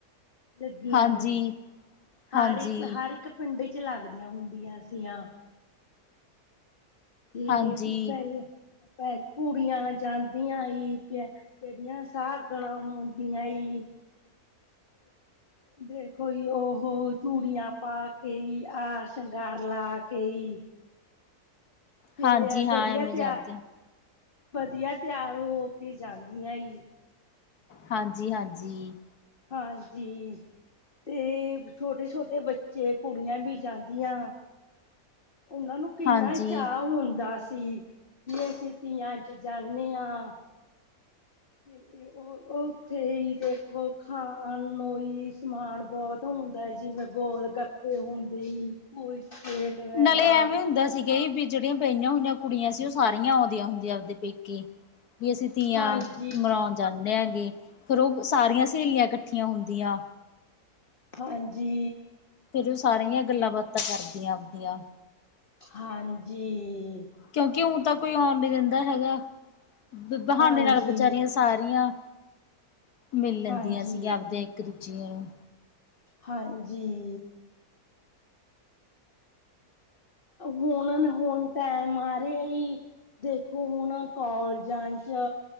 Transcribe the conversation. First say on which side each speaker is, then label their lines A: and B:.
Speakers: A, on the left (about 35°); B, on the left (about 85°).
A: ਲੱਗੀਆਂ
B: ਹਾਂਜੀ
A: ਨੂੰ, ਹਰ
B: ਹਾਂਜੀ
A: ਇੱਕ, ਹਰ ਇੱਕ ਪਿੰਡ ਚ ਲੱਗਦੀਆਂ ਹੁੰਦੀਆਂ ਸੀਆਂ। ਤੇ
B: ਹਾਂਜੀ
A: ਪਹਿਲ- ਪਹਿਲ ਕੁੜੀਆਂ ਜਾਂਦੀਆਂ ਆਈ। ਤੇ ਜਿਹੜੀਆਂ ਸਾਗੁਣਾ ਹੁੰਦੀਆਂ ਆਈ। ਦੇਖੋ ਜੀ ਉਹ ਚੂੜੀਆਂ ਪਾ ਕੇ ਈ, ਆਰ ਸ਼ਿੰਗਾਰ ਲਾ ਕੇ ਈ ਤੇ
B: ਹਾਂਜੀ
A: ਐਨ
B: ਹਾਂ
A: ਵਧੀਆ
B: ਐਵੇਂ
A: ਤਿਆਰ,
B: ਜਾਂਦੇ
A: ਵਧੀਆ ਤਿਆਰ ਹੋ ਕੇ ਜਾਂਦੀਆਂ ਆਈ।
B: ਹਾਂਜੀ ਹਾਂਜੀ
A: ਹਾਂਜੀ ਤੇ ਛੋਟੇ -ਛੋਟੇ ਬੱਚੇ ਕੁੜੀਆਂ ਵੀ ਜਾਂਦੀਆਂ। ਉਹਨਾਂ ਨੂੰ ਕਿੰਨਾ
B: ਹਾਂਜੀ
A: ਚਾਅ ਹੁੰਦਾ ਸੀ, ਵੀ ਅਸੀਂ ਧੀਆਂ ਚ ਜਾਂਦੇ ਹਾਂ। ਤੇ ਉਹ ਉੱਥੇ ਹੀ ਦੇਖੋ, ਖਾਣ ਨੂੰ ਹੀ ਸਮਾਨ ਬਹੁਤ ਹੁੰਦਾ ਜਿਵੇਂ, ਗੋਲ ਗੱਪੇ ਹੁੰਦੇ ਕੁਲਚੇ ਵਗੈਰਾ
B: ਨਾਲੇ ਐਵੇਂ ਹੁੰਦਾ ਸੀਗਾ, ਵੀ ਜਿਹੜੀਆਂ ਬਹੀਆਂ ਹੋਈਆਂ ਕੁੜੀਆਂ ਸੀ, ਉਹ ਸਾਰੀਆਂ ਆਉਂਦੀਆਂ ਹੁੰਦੀਆਂ ਆਪਦੇ ਪੇਕੇੀ। ਵੀ ਅਸੀਂ ਤੀਆਂ
A: ਹਾਂਜੀ
B: ਮਨਾਉਣ ਜਾਂਦੇ ਹਾਂਗੇ, ਫੇਿਰ ਉਹ ਸਾਰੀਆਂ ਸਹੇਲੀਆਂ ਇਕ ਇਕੱਠੀਆਂ ਹੁੰਦੀਆਂ।
A: ਹਾਂਜੀ
B: ਫੇਿਰ, ਉਹ ਸਾਰੀਆਂ ਗੱਲਾਂ ਬਾਤਾਂ ਕਰਦੀਆਂ ਆਪਦੀਆਂ।
A: ਹਾਂਜੀ
B: ਕਿਉਂਕਿ, ਊ ਤਾਂ ਕੋਈ ਆਉਣ ਨੀ ਦਿੰਦਾ ਹੈਗਾ, ਬਹਾਨੇ
A: ਹਾਂਜੀ
B: ਨਾਲ ਬੇਚਾਰੀਆਂ ਸਾਰੀਆਂ, ਮਿਲ ਲੈਂਦੀਆਂ
A: ਹਾਂਜੀ
B: ਸੀਗੀਆਂ, ਆਪਦੇ ਇੱਕ ਦੂਜੇ ਨੂੰ
A: ਹਾਂਜੀ ਹੁਣ -ਹੁਣ ਟੈਮ ਆ ਰਿਹਾ ਹੀ। ਦੇਖੋ, ਹੁਣ ਕੋਾਲਜਾਂ ਚ